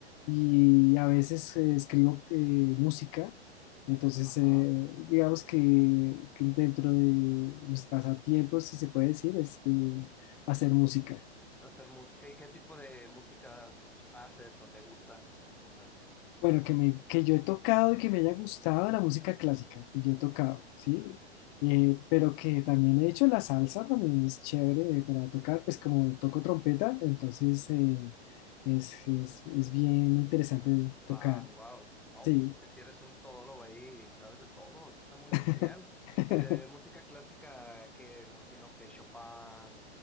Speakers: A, on the left; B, in the centre.
A: y a veces eh, escribo eh, música. Entonces,
B: Ajá.
A: eh, digamos que, que dentro de mis pasatiempos, si se puede decir, es eh, hacer música.
B: Hacer música. ¿Y qué tipo de música us- haces o te gusta tocar?
A: Bueno, que, me, que yo he tocado y que me haya gustado la música clásica, que yo he tocado, ¿sí? Eh, pero que también he hecho la salsa, también es chévere eh, para tocar, pues como toco trompeta, entonces eh, es, es, es bien interesante
B: Va,
A: tocar,
B: wow. No,
A: sí.
B: pues es que si eres un todólogo ahí, sabes de todo. Eso está muy
A: <laughs>
B: genial. Y de música clásica, que me imagino que Chopin,